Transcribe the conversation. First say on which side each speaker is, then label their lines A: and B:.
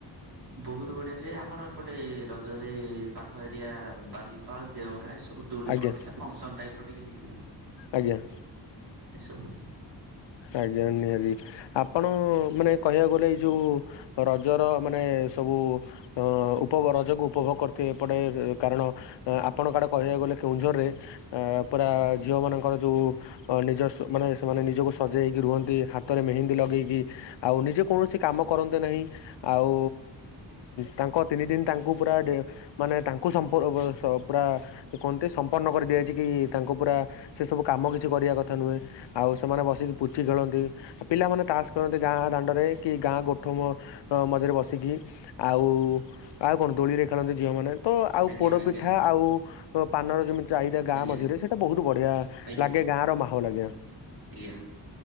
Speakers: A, on the right (about 60°); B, on the left (about 85°).
A: ବହୁତ ବଢିଆ ସେ ଆମର ଏପଟେ ରଜରେ ପାଖ ଏରିଆ ବାଲିପାଳ ଦେଓଙ୍ଗା ଏ ସବୁ ଦୋଳି
B: ଆଜ୍ଞା
A: ପଡିଥିଲା ଫଙ୍କସନ ଟାଇପ ର ଟିକେ ହେଇଥିଲା
B: ଆଜ୍ଞା।
A: ଏସବୁ
B: ଆଜ୍ଞା ନିହାତି ଆପଣ ମାନେ କହିବାକୁ ଗଲେ ଏଇ ଯୋଉ ରଜର ମାନେ ସବୁ ଅ ଉପ ରଜକୁ ଉପଭୋଗ କରିଥିବେ ଏପଟେ କାରଣ ଆପଣଙ୍କ ଆଡ଼େ କହିବାକୁ ଗଲେ କେଉଁଝରରେ ପୁରା ଝିଅମାନଙ୍କର ଯେଉଁ ଅ ନିଜ ସ୍ୱ ମାନେ ସେମାନେ ନିଜକୁ ସଜେଇକି ରୁହନ୍ତି ହାତରେ ମେହେନ୍ଦୀ ଲଗେଇକି ଆଉ ନିଜେ କୌଣସି କାମ କରନ୍ତି ନାହିଁ। ଆଉ ତାଙ୍କ ତିନି ଦିନ ତାଙ୍କୁ ପୁରା ମାନେ ତାଙ୍କୁ ସପର୍ ପୁରା କୁହନ୍ତି ସମ୍ପନ୍ନ କରିଦିଆଯାଇଛି କି ତାଙ୍କୁ ପୁରା ସେ ସବୁ କାମ କିଛି କରିବା କଥା ନୁହେଁ। ଆଉ ସେମାନେ ବସିକି ପୁଚି ଖେଳନ୍ତିଉ ପିଲାମାନେ ତାସ ଖେଳନ୍ତି ଗାଁ ଦାଣ୍ଡରେ କି ଗାଁ ଗୋଠମ ଅ ମଝରେ ବସିକି ଆଉ ଆଉ କଣ ଦୋଳି ରେ ଖେଳନ୍ତି ଝିଅମାନେ। ତ ଆଉ
A: ଆଜ୍ଞା
B: ପୋଡ଼ପିଠା
A: ଆଜ୍ଞା
B: ଆଉ ପାନର ଯେମିତି ଚାହିଦା ଗାଁ
A: ଆଜ୍ଞା
B: ମଝିରେ ସେଇଟା ବହୁତ ବଢିଆ
A: ଆଜ୍ଞା
B: ଲାଗେ ଗାଁ ର ମାହୋଲ ଲାଗେ।
A: ଆଜ୍ଞା।